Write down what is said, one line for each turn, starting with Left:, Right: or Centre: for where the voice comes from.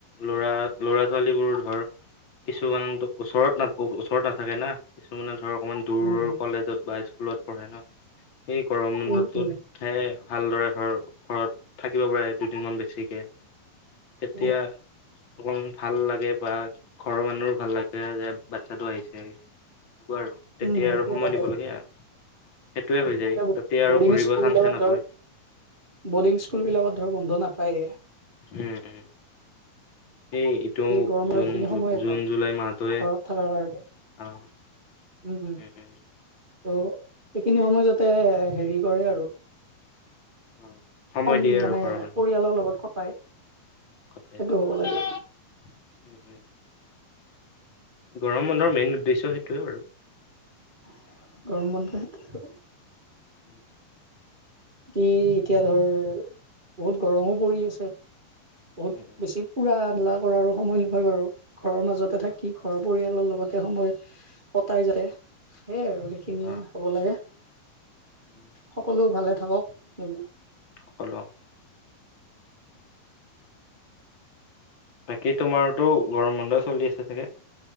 Left: লৰা লৰা ছোৱালী বোৰ ধৰ কিছুমানে ওচৰত না ওচৰত নাথাকে না কিছুমানে ধৰ অকণমান দূৰৰ
Right: উম
Left: কলেজত বা স্কুলত পঢ়ে ন সেই গৰম বন্ধটোতহে
Right: উম উম
Left: ভালদৰে ধৰ ঘৰত থাকিব পাৰে দুদিনমান বেছিকে কেতিয়া
Right: উম
Left: অকমান ভাল লাগে বা ঘৰৰ মানুহো ভাল লাগে যে বাচ্ছাটো আহিছে। আৰু তেতিয়া
Right: উম সেইটো
Left: আৰু সময়
Right: এটা হয়
Left: দিব লাগে। সেইটোয়ে হৈ যায়
Right: এতিয়া
Left: তাতে আৰু
Right: বৰ্ডিং
Left: ঘুৰিব
Right: স্কুল
Left: চান্সে
Right: বিলাকত
Left: নাপৰে
Right: ধৰ বৰ্ডিং স্কুলবিলাকত ধৰ বন্ধ নাপায়েই
Left: উম উম এই ইটো
Right: গৰমৰ
Left: জুন
Right: এইখিনি
Left: জু
Right: সময়ে
Left: জুন
Right: পায়
Left: জুলাই মাহটোৱে
Right: ঘৰত থকাৰ কাৰণে
Left: অ <inaudible>
Right: উম উম ত' সেইখিনি সময় যতে হেৰি কৰে আৰু
Left: অ সময়
Right: কম
Left: দিয়ে আৰু
Right: মানে
Left: ঘৰৰ মানুহক
Right: পৰিয়ালৰ লগত কটাই।
Left: কটাই
Right: সেইটো
Left: অ
Right: হ'ব লাগে।
Left: <inaudible> গৰম বন্ধৰ মেইন উদ্দেশ্য সেইটোৱে ব আৰু
Right: <inaudible>
Left: <unintelligible>
Right: কি এতিয়া ধৰ বহুত গৰমো পৰি আছে। বহুত
Left: উম উম।
Right: বেছি ফুৰা মেলা কৰাৰো সময় নহয় বাৰু ঘৰৰ মাজতে
Left: অ
Right: থাকি ঘৰৰ পৰিয়াল লগতে সময় কটাই যায় সেইয়াই আৰু সেইখিনি
Left: অ,
Right: হ'ব লাগে।
Left: উম,
Right: সকলো ভালে থাকক নিজ
Left: সকলো বাকী তোমাৰতো গৰম বন্ধ চলি আছে চাগে।